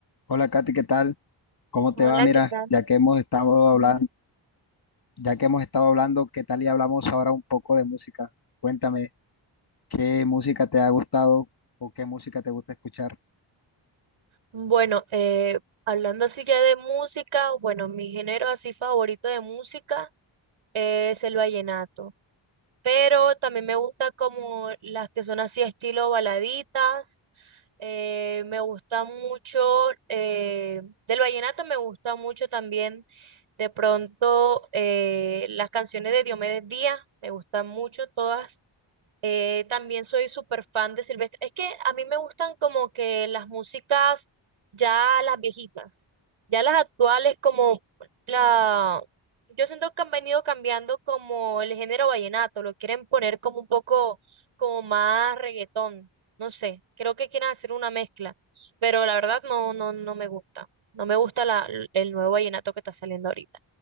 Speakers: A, on the left; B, on the right.
A: Hola Katy, ¿qué tal? ¿Cómo
B: Hola,
A: te va? Mira,
B: ¿qué tal?
A: ya que hemos estado hablando, ya que hemos estado hablando, ¿qué tal y hablamos ahora un poco de música? Cuéntame, ¿qué música te ha gustado o qué música te gusta escuchar?
B: Bueno, eh, hablando así ya de música, bueno, mi género así favorito de música es el vallenato, pero también me gusta como las que son así estilo baladitas, eh, me gusta mucho, eh, del vallenato me gusta mucho también de pronto eh, las canciones de Diomedes Díaz, me gustan mucho todas Eh, también soy súper fan de Silvestre. Es que a mí me gustan como que las músicas ya las viejitas, ya las actuales como la... Yo siento que han venido cambiando como el género vallenato, lo quieren poner como un poco como más reggaetón, no sé, creo que quieren hacer una mezcla, pero la verdad no, no, no me gusta. No me gusta la, el nuevo vallenato que está saliendo ahorita.